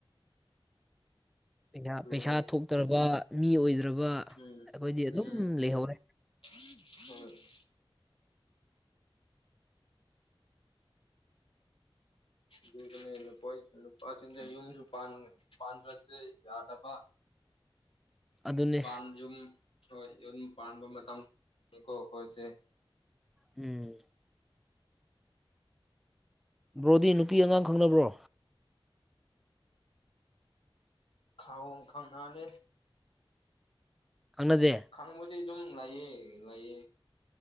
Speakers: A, in the centre; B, on the left.
A: ꯄꯩꯁ
B: ꯑꯗꯨꯅꯦ
A: ꯄꯩꯁꯥ ꯊꯣꯛꯇ꯭ꯔꯕ ꯃꯤ ꯑꯣꯏꯗ꯭ꯔꯕ ꯑꯩꯈꯣꯏꯗꯤ
B: ꯎꯝ
A: ꯑꯗꯨꯝ
B: ꯎꯝ
A: ꯂꯩꯍꯧꯔꯦ
B: ꯍꯣꯏ ꯎꯝ <unintelligible> ꯄꯁꯤꯡꯗ ꯌꯨꯝꯁꯨ ꯄꯥꯟ ꯄꯥꯟꯈ꯭ꯔꯁꯦ ꯌꯥꯗꯕ
A: ꯑꯗꯨꯅꯦ
B: ꯄꯥꯥꯟ ꯌꯨꯝ ꯍꯣꯏ ꯌꯨꯝ ꯄꯥꯟꯕ ꯃꯇꯝꯅꯤꯀꯣ ꯑꯩꯈꯣꯏꯁꯦ
A: ꯎꯝ ꯕ꯭ꯔꯣꯗꯤ ꯅꯨꯄꯤ ꯑꯉꯥꯡ ꯈꯪꯅꯕ꯭ꯔꯣ
B: ꯈꯪ ꯈꯪꯅꯗꯦ
A: ꯈꯪꯅꯗꯦ
B: ꯈꯪꯕꯗꯤ ꯑꯗꯨꯝ ꯂꯩꯌꯦ ꯂꯩꯌꯦ